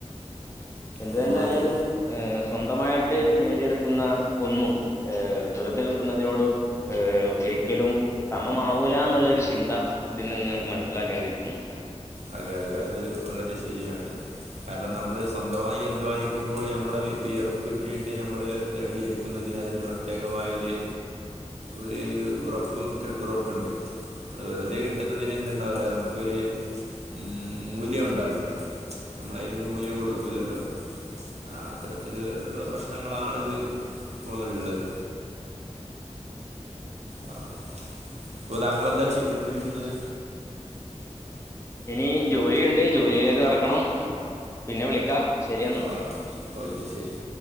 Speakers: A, on the left; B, on the right.
A: എന്ത്
B: അപ്പോൾ
A: തന്നെ ആയാലും
B: ഇത്
A: ഏ സ്വന്തമായിട്ട് നേടിയെടുക്കുന്ന ഒന്നും, ഏ വെറുതെ കിട്ടുന്നതിനോട് ഏഹ് ഒരിക്കലും സമംമാവൂല എന്നുള്ള ഒരു ചിന്ത ഇതിൽ നിന്ന് നമുക്ക് മനസ്സിലാക്കേണ്ടിയിരിക്കുന്നു.
B: അതെ അതെ അത് വളരെ ശരിയാണ്. കാരണം നമ്മള് സ്വന്തമായി അധ്വാനിക്കുമ്പോൾ നമ്മള് വിയറുപ്പറ്റിയിട്ട് നമ്മൾ നേടിയെടുക്കുന്നതിന് പ്രത്യേകമായൊരു ഒരു ഉറപ്പ് കെട്ടുറപ്പുണ്ട്. വെറുതെ കിട്ടുന്നതിനെന്തുണ്ടാവില്ല നമുക്കൊരു ഉം മൂല്യം ഉണ്ടാവില്ല. നമ്മൾ അതിനൊരു മൂല്യം കൊടുക്കൂല്ലല്ലോ ആ അത്തരത്തിൽ ഉള്ള പ്രശ്നങ്ങളാണിത് ഇപ്പോൾ ഉള്ളത്. ആഹ് ഇപ്പൊ താങ്കളെന്താ ചെയ്തുകൊണ്ടിരിക്കുന്നത്?
A: ഇനി ജോലിയുണ്ട് ജോലിയിലേക്ക് കടക്കണം. പിന്നെ വിളിക്കാം ശരിയെന്നാ
B: ഓ ഓക്കെ ശരി